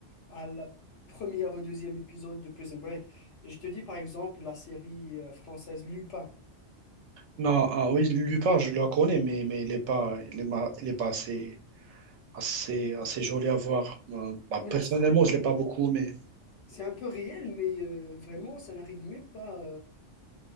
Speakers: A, on the left; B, on the right.
A: à la première ou deuxième épisode de Prison Break. Je te dis par exemple la série euh, française Lupin.
B: non, ah oui, Lupin, je le connais, mais, mais il n'est pas, il est ma- il est pas assez, assez, assez joli à voir. Euh, bah,
A: Mais
B: personnellement,
A: c'est
B: je ne l'ai pas beaucoup aimé.
A: c'est un peu réel, mais euh, vraiment, ça n'arrive même pas